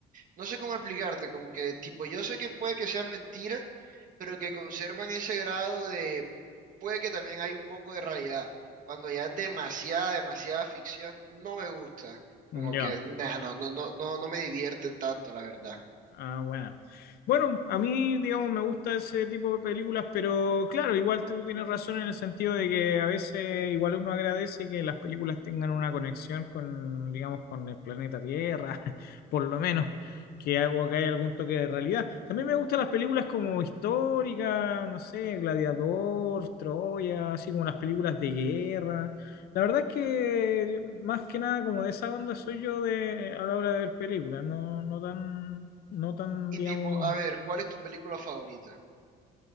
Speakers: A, on the right; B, on the left.
A: no sé cómo explicarte, como que tipo, yo sé que puede que sean mentiras, pero que conservan ese grado de, puede que también hay un poco de realidad. Cuando ya es demasiada, demasiada ficción, no me gusta. Como
B: Ya.
A: que, nah, no, no, no, no, no me divierten tanto, la verdad.
B: Ah, bueno. Bueno, a mí, digamos, me gusta ese tipo de películas, pero claro, igual tú tienes razón en el sentido de que a veces igual uno agradece que las películas tengan una conexión con, digamos, con el planeta Tierra, <laughs> por lo menos, que, ha- o que hay algún toque de realidad. También me gustan las películas como históricas, no sé, Gladiador, Troya, así como las películas de guerra. La verdad es que más que nada como de esa onda soy yo de a la hora de ver películas, no, no tan, no tan,
A: Y
B: digamos.
A: tipo, a ver, ¿cuál es tu película favorita?